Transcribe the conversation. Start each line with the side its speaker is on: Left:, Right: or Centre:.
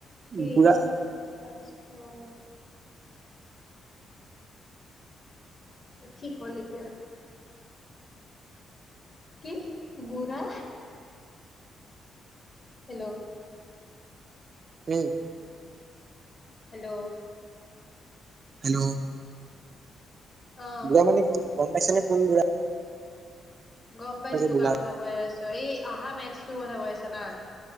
Left: কেইটা
Right: বুঢ়া
Left: কৰিছ তাৰপিছ অ'। ঠিক হ'ল এতিয়া। কি? বুঢ়া? হেল্ল'?
Right: উম।
Left: হেল্ল'?
Right: হেল্ল'?
Left: অ
Right: বুঢ়া মানে কো গম পাইছে নে কোন বুঢ়া
Left: গম পাইছোঁ
Right: বুঢ়া
Left: কাৰ কথা কৈ আছ। তই এ আহা মেচটোৰ কথা কৈ আছা না।